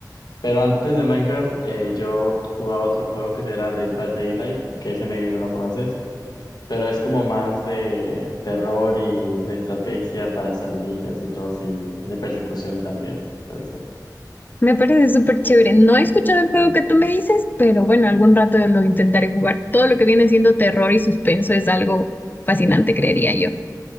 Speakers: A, on the left; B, on the left.
A: pero antes de Minecraft, eh, yo jugaba otro juego que era Dead by Daylight, que ese maybe no lo conoces, pero es como más de terror y de estrategia para salir y así todos, y de persecución también. puede ser
B: Me parece súper chévere. No he escuchado el juego que tú me dices, pero bueno, algún rato lo intentaré jugar. Todo lo que viene siendo terror y suspenso es algo fascinante, creería yo.